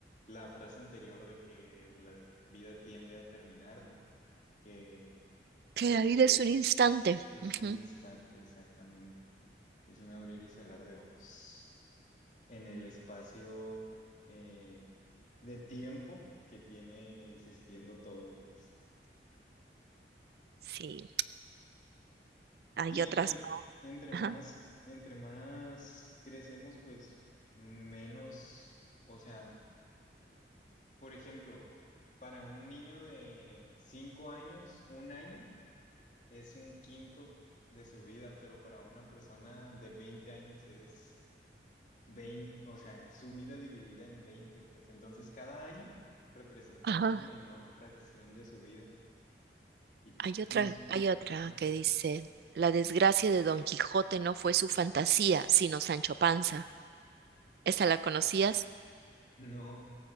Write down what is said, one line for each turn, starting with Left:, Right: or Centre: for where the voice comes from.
Left: la frase anterior de que la vida tiende a terminar, ¿no? Que
Right: que
Left: pues
Right: la vida es un instante.
Left: es
Right: Ujú.
Left: un instante exactamente, es un abrir y cerrar de ojos en el espacio eh, de tiempo que tiene existiendo todo, pues.
Right: Sí, hay
Left: Y
Right: otras.
Left: entre, entre
Right: Ajá,
Left: más, entre más crecemos, pues menos, o sea Por ejemplo, para un niño de 5 años, un año es un quinto de su vida, pero para una persona de 20 años es 20, o sea, su vida dividida en 20, pues entonces cada año representa
Right: ajá.
Left: una menor fracción de su vida. Y
Right: Hay otra,
Left: nos...
Right: hay otra
Left: Ajá,
Right: que dice, la desgracia de Don Quijote no fue su fantasía, sino Sancho Panza. ¿Esa la conocías?
Left: <laughs> no.